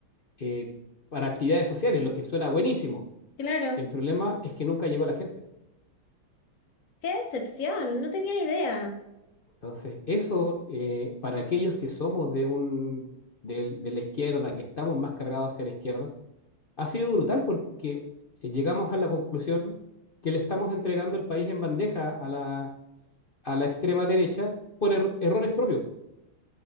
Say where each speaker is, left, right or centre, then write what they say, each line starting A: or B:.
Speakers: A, on the left; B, on the left.
A: eh, para actividades sociales, lo que suena buenísimo.
B: Claro,
A: El problema es que nunca llegó la gente.
B: qué decepción, no tenía idea.
A: Entonces, eso eh, para aquellos que somos de, un, de, de la izquierda, que estamos más cargados hacia la izquierda, ha sido brutal porque eh, llegamos a la conclusión que le estamos entregando el país en bandeja a la, a la extrema derecha por er- errores propios.